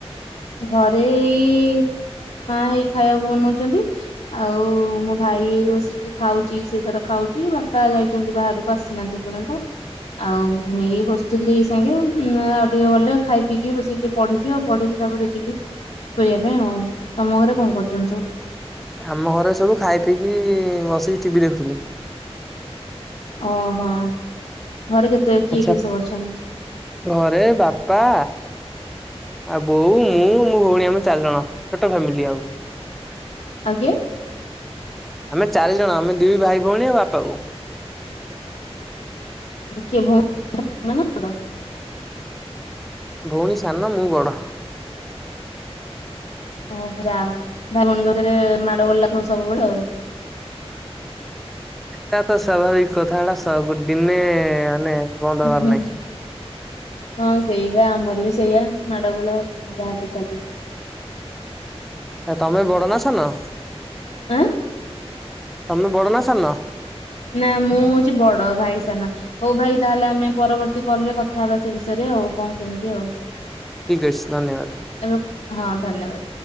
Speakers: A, on the left; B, in the centre.
A: ଘରେ ଏଇ ମା ହେଇ ଖାଇବାକୁ ବନଉଛନ୍ତି। ଆଉ ମୋ ଭାଇ ଏଇ ବସିକି ଖାଉଛି ସିଏ ତାର ଖାଉଛି ବାପା ଯାଇଛନ୍ତି ବାହାରକୁ ଆସିନାହାନ୍ତି ଏପର୍ଯ ପଯ୍ୟନ୍ତ। ଆଉ ମୁଁ ଏଇ ବସିଥିଲି ସାଙ୍ଗେ ଉଁ ଆଉ ଟିକେ ଗଲେ ଖାଇ ପିଇକି ବସିକି ଟିକେ ପଢିବି ଆଉ ପଢିକି ତା ପରେ ଯିବି ଶୋଇବା ପାଇଁ ଆଉ ତମ ଘରେ କଣ କରୁଛନ୍ତି ସବୁ।
B: ଆମ ଘରେ ସବୁ ଖାଇ ପିଇକି ବସିକି ଟିଭି ଦେଖୁଥିଲି।
A: ଓହୋ ଘରେ କେତେ କିଏ
B: ଆଚ୍ଛା
A: କିଏ ସବୁ ଅଛନ୍ତି?
B: ଘରେ ବାପା ଆଉ ବୋଉ ମୁଁ ମୋ ଭଉଣୀ ଆମ ଚାରି ଜଣ ଛୋଟ ଫ୍ୟାମିଲି ଆଉ
A: ଆଜ୍ଞା
B: ଆମେ ଚାରି ଜଣ ଆମେ ଦୁଇ ଭାଇ ଭଉଣୀ ଆଉ ବାପା ବୋଉ
A: କିଏ ଭଉନୀ ସାନ ନା ବଡ
B: ଭଉଣୀ ସାନ ମୁଁ ବଡ
A: ଓହୋ ଯା ହଉ ଭାଇ ଭଉଣୀଙ୍କ ଭିତରେ ମାଡ ଗୋଳି ଲାଗୁଥିବ ସବୁବେଳେ ଆଉ
B: ଏଇଟା ତ ସ୍ଵାଭାବିକ କଥା ହେଟା ସବୁ ଦିନେ ମାନେ ବନ୍ଦ
A: ହୁଁ
B: ହବାର
A: ହୁଁ
B: ନାହିଁ।
A: ହୁଁ ହଁ ସେଇ ବା ଆମର ବି ସେଇଆ ମାଡ଼ ଗୋଳ ବାହଲେ ଚାଲିବା
B: ଆଉ ତମେ ବଡ ନା ସାନ
A: ଆଁ
B: ତମେ ବଡ ନା ସାନ?
A: ନା ମୁଁ ହଉଛି ବଡ ଭାଇ ସାନ ହଉ ଭାଇ ତାହେଲେ ଆମେ ପରବର୍ତ୍ତୀ କଲ୍ ରେ କଥା ହେବା ସେ ବିଷୟରେ ଆଉ କଣ କେମିତି ଆଉ
B: ଠିକ୍ ଅଛି ଧନ୍ୟବାଦ
A: ଏବଂ ହଁ ଧନ୍ୟବାଦ